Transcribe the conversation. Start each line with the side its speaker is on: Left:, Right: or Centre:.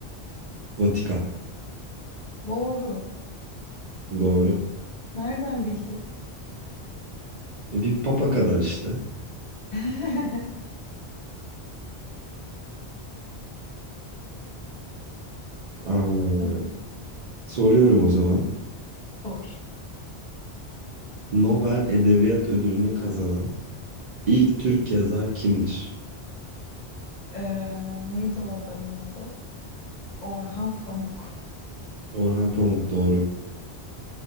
Right: Vatikan.
Left: Doğru.
Right: Doğru.
Left: Nereden bildin?
Right: E, bir papa kadar işte.
Left: <laughs>
Right: Aa,
Left: Tamam,
Right: soruyorum o zaman.
Left: Sor.
Right: Nobel Edebiyat Ödülünü kazanan ilk Türk yazar kimdir?
Left: Ee, neydi o adamın adı? Orhan Pamuk.
Right: Orhan Pamuk doğru.